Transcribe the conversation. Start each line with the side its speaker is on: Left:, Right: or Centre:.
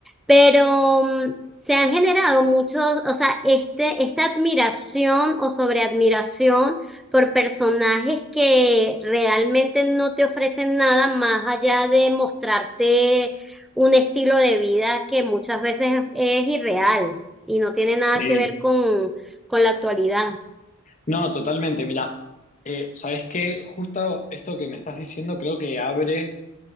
Centre: pero mm, se han generado muchos, o sea, este, esta admiración o sobreadmiración por personajes que realmente no te ofrecen nada más allá de mostrarte un estilo de vida que muchas veces es, es irreal y no tiene nada
Left: sí.
Centre: que ver con, con la actualidad.
Left: No, totalmente. Mira, eh, ¿sabes qué? Justo esto que me estás diciendo creo que abre